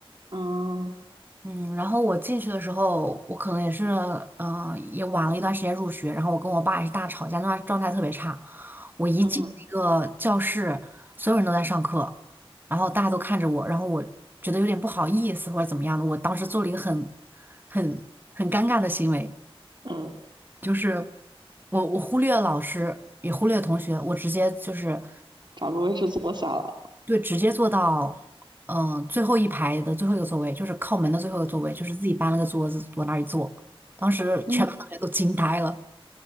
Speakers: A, on the right; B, on the right.
A: 嗯
B: 嗯，然后我进去的时候，我可能也是，呃，也晚了一段时间入学，然后我跟我爸也是大吵架，那段状态特别差。我一进那个教室，
A: 嗯
B: 所有人都在上课，然后大家都看着我，然后我觉得有点不好意思或者怎么样的，我当时做了一个很、很、很尴尬的行为。
A: 嗯，
B: 就是。我我忽略了老师，也忽略了同学，我直接就是
A: 找个位置坐下了。
B: 对直接坐到嗯、呃最后一排的最后一个座位，就是靠门的最后一个座位，就是自己搬了个桌子往那儿一坐。当时全班同学都惊呆了。
A: 嗯，